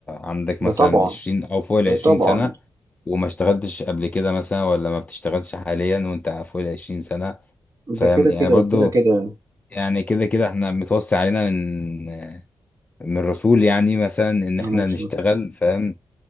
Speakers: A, on the left (about 20°); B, on the right (about 45°).
A: عندك مثلا
B: ده طبعا
A: 20 او فوق ال
B: ده
A: 20
B: طبعا
A: سنه وما اشتغلتش قبل كده مثلا ولا ما بتشتغلش حاليا وانت فوق ال 20 سنه فاهم
B: ده كده كده
A: يعني برضو
B: وكده كده
A: يعني كده كده احنا متوصي علينا من من الرسول يعني مثلا ان احنا
B: أنا مبسوط.
A: نشتغل فاهم